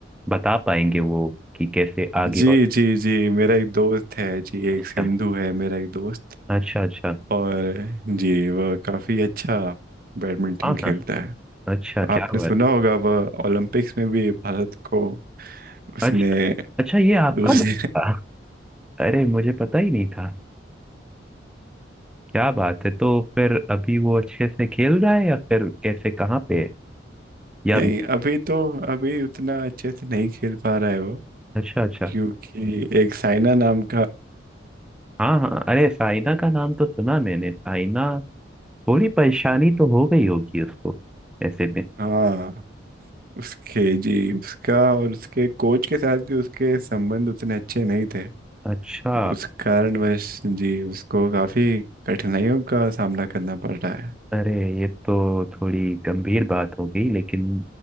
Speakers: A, in the centre; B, on the right.
A: बता पाएंगे वो कि कैसे आगे
B: जी
A: और
B: जी जी मेरा एक दोस्त है जी
A: अच्छा
B: एक सिंधु है मेरा एक दोस्त
A: अच्छा अच्छा
B: और जी वह काफ़ी अच्छा बैडमिंटन
A: हाँ
B: खेलता
A: हाँ
B: है
A: अच्छा
B: आपने
A: क्या बात
B: सुना होगा वह ओलंपिक्स में भी भारत को उसने
A: अच्छा अच्छा ये आपका
B: दूसरे
A: दोस्त था अरे मुझे पता ही नहीं था क्या बात है तो फिर अभी वो अच्छे से खेल रहा है या फिर कैसे कहाँ पे है
B: <laughs>
A: या
B: नहीं अभी तो अभी उतना अच्छे से नहीं खेल पा रहा है वो
A: अच्छा अच्छा
B: क्योंकि एक साइना नाम का
A: हाँ हाँ अरे साइना का नाम तो सुना मैंने साइना थोड़ी परेशानी तो हो गई होगी उसको ऐसे में
B: हाँ उसके जी उसका और उसके कोच के साथ भी उसके संबंध उतने अच्छे नहीं थे
A: अच्छा
B: उस कारणवश जी उसको काफ़ी कठिनाइयों का सामना करना पड़ रहा है
A: अरे ये तो थोड़ी गंभीर बात हो गई लेकिन